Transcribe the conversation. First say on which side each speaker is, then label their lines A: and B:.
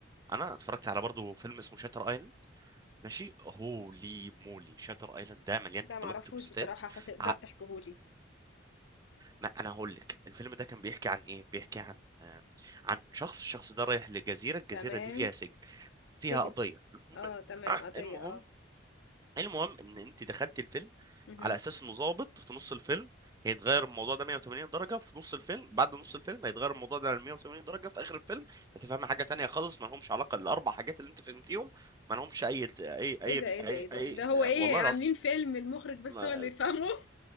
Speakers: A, on the right (about 20°); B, on the left (about 70°).
A: انا اتفرجت على برضه فيلم اسمه شاتر ايلاند ماشي هولي مولي شاتر ايلاند ده مليان
B: ده معرفوش
A: بلوت تويستات
B: بصراحة فتقدر
A: ع-
B: تحكيهولي
A: ما انا هقول لك الفيلم ده كان بيحكي عن ايه بيحكي عن آه، عن شخص الشخص ده رايح لجزيره الجزيره
B: تمام
A: دي فيها سجن
B: سجن
A: فيها قضيه المهم
B: اه تمام
A: <clears throat>
B: قضية
A: المهم
B: اه
A: المهم ان انت دخلت الفيلم
B: مهم.
A: على اساس انه ظابط في نص الفيلم هيتغير الموضوع ده 180 درجة في نص الفيلم بعد نص الفيلم هيتغير الموضوع ده 180 درجة في آخر الفيلم هتفهم حاجة تانية خالص ما لهمش علاقة الأربع حاجات اللي أنت فهمتيهم ما لهمش أي أي أي
B: ايه ده ايه
A: أي,
B: ده ايه ده
A: أي...
B: إيه ده هو ايه
A: والله
B: عاملين
A: العظيم
B: فيلم المخرج بس
A: ما...
B: هو اللي يفهمه <laughs>